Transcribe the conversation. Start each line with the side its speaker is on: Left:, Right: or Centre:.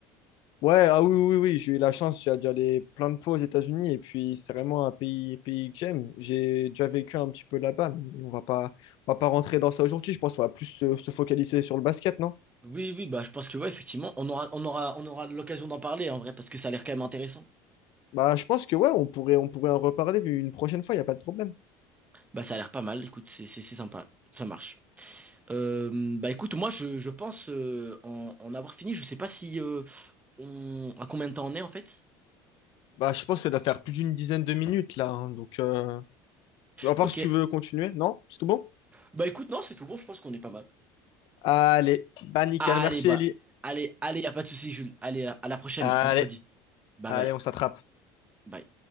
Left: Ouais, ah oui, oui, oui, j'ai eu la chance d'y aller plein de fois aux États-Unis et puis c'est vraiment un pays, pays que j'aime. J'ai déjà vécu un petit peu là-bas, mais on va pas, on va pas rentrer dans ça aujourd'hui. Je pense qu'on va plus se, se focaliser sur le basket, non?
Right: Oui, oui, bah je pense que ouais, effectivement, on aura, on aura, on aura l'occasion d'en parler en vrai, parce que ça a l'air quand même intéressant.
Left: Bah, je pense que ouais, on pourrait, on pourrait en reparler une prochaine fois, il n'y a pas de problème.
Right: Bah ça a l'air pas mal, écoute, c'est c'est- c'est sympa, ça marche. Euh, bah écoute, moi je, je pense euh, en, en avoir fini, je sais pas si euh, on à combien de temps on est en fait.
Left: Bah, je pense que ça doit faire plus d'une dizaine de minutes là. hein, donc, euh, à part
Right: Ok.
Left: si tu veux continuer, non? C'est tout bon?
Right: Bah écoute, non, c'est tout bon, je pense qu'on est pas mal.
Left: Allez, bah nickel,
Right: Allez,
Left: merci
Right: bah,
Left: Ellie.
Right: allez, allez, y a pas de souci, Jules. Allez, à à la prochaine,
Left: Allez,
Right: on se redit. Bye
Left: allez,
Right: bye.
Left: on s'attrape.
Right: Bye.